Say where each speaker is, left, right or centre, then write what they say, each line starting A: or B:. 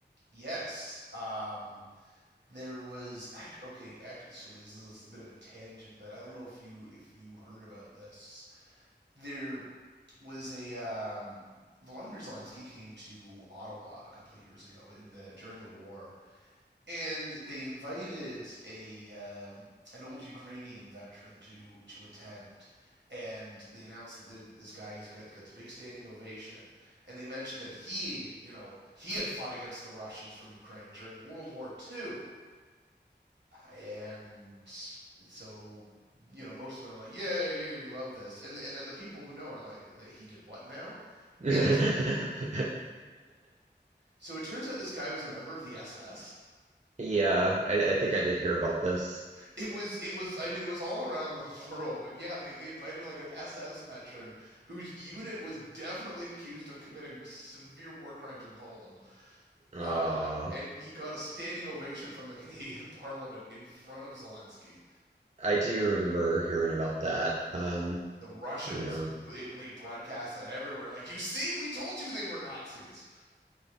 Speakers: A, on the right; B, on the right.
A: Yes, um, there was act- okay. Actually, this is a bit of a tangent, but I don't know if you if you heard about this. There was a um, Volodymyr Zelensky came to Ottawa a couple of years ago in the during the war, and they invited a um, an old Ukrainian veteran to to attend. And they announced that the- this guy he's got got the big standing ovation, and they mentioned that he, you know, he had fought against the Russians for Ukraine during World War Two, and so you know most of them are like, yeah, yeah, we love this, and and then the people who know are like, that he did what now?
B: <laughs> Yeah,
A: And it turned so it turns out this guy was a member of the SS.
B: I, I think I did hear about this.
A: it was it was i mean it was all around the <laughs> world and yeah they, they invited like an ss veteran whose unit was definitely accused of committing severe war crimes in poland
B: Uh,
A: uh, and he got a standing ovation from the canadian <laughs> parliament in front of zelensky
B: I do remember hearing about that. Um,
A: the russians
B: yeah,
A: it, they broadcast that everywhere like you see we told you they were nazis